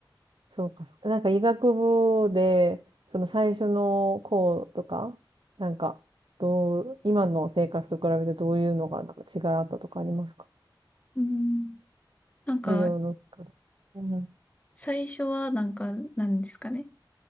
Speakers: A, on the right; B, on the left.
A: そうかそうか。なんか医学部で、その最初の項とか、なんか、どう、今の生活と比べてどういうのがなんか違いあったとかありますか
B: うんなんか、
A: 授業の中で。うんうん。
B: 最初はなんか、なんですかね。